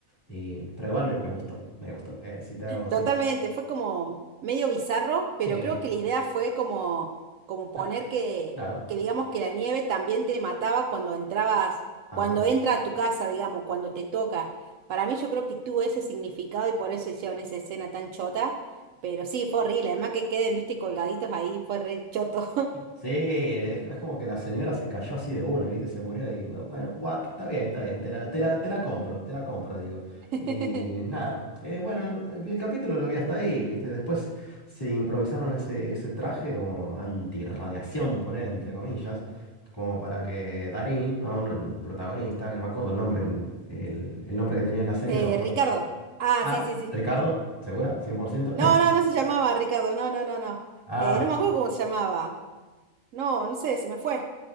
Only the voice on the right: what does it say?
Totalmente, fue como medio bizarro, pero
creo que la idea fue como, como poner
que,
que digamos que la nieve también te mataba cuando entrabas,
cuando entra a tu casa, digamos, cuando te toca. Para mí yo creo que tuvo ese significado y por eso hicieron esa escena tan chota, pero sí, fue horrible, además que queden, viste, colgaditos ahí, fue re choto.
<laughs>
Eh,
Ricardo. Ah,
sí, sí, sí.
No, no, no se llamaba Ricardo, no, no, no, no.
Eh, no me acuerdo
cómo se llamaba. No, no sé, se me fue.